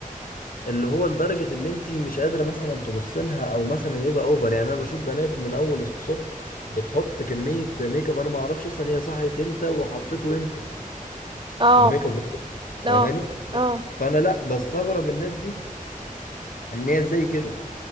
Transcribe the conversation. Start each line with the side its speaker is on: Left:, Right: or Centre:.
Left: اللي هو لدرجة اللي انت مش قادرة مثلا تبص لها او مثلا يبقى اوفر يعني انا بشوف بنات من اول الصبح بتحط كمية ميك اب انا ما اعرفش اصلا هي صحيت امتى وحطيته امتى
Right: اه
Left: الميك اب ده فاهماني
Right: اه اه
Left: فانا لا بستغرب الناس دي ان هي ازاي كده